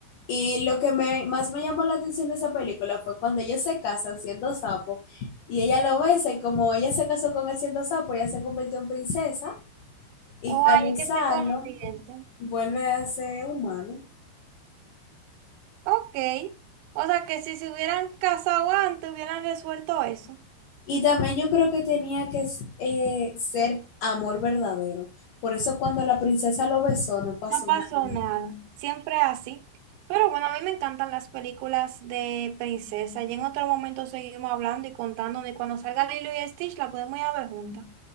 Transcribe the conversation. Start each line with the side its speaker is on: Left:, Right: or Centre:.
Left: Y lo que me, más me llamó la atención de esa película fue cuando ellos se casan siendo sapo y ella lo besa y como ella se casó con él siendo sapo, ella se convirtió en princesa y
Right: O
Left: al
Right: ahí
Left: besarlo
Right: es que se convierte.
Left: vuelve a ser humano.
Right: Ok. O sea que si se hubieran casado antes, hubieran resuelto eso.
Left: Y también yo creo que tenía que eh, ser amor verdadero. Por eso cuando la princesa lo besó no pasó
Right: No pasó
Left: nada.
Right: nada, siempre así. Pero bueno, a mí me encantan las películas de princesa y en otro momento seguimos hablando y contando y cuando salga Lilo y Stitch la podemos ir a ver juntas.